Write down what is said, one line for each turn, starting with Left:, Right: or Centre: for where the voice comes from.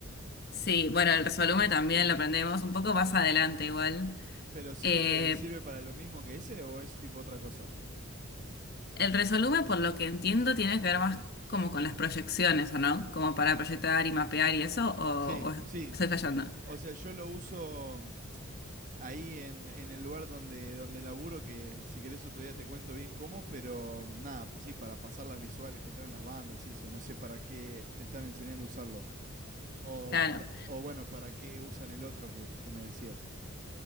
Left: Sí, bueno, el Resolume también lo aprendemos un poco más adelante igual.
Right: ¿Pero sirve,
Left: Eh,
Right: sirve para lo mismo que ese o es tipo otra cosa?
Left: el Resolume, por lo que entiendo, tiene que ver más como con las proyecciones, ¿o no? Como para proyectar y mapear y eso, o,
Right: Sí,
Left: o
Right: sí.
Left: estoy fallando.
Right: O sea, yo lo uso. ahí en, en el lugar donde, donde laburo, que si querés otro día te cuento bien cómo, pero nada, sí, para pasar las visuales que traen las bandas y eso, no sé para qué te están enseñando a usarlo. O,
Left: Claro.
Right: para, o bueno, para qué usan el otro que, que me decías.